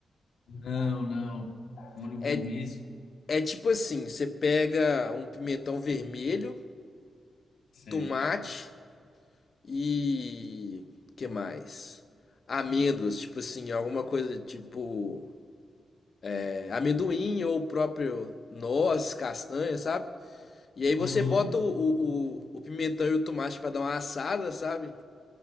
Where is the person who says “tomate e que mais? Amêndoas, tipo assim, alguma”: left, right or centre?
Left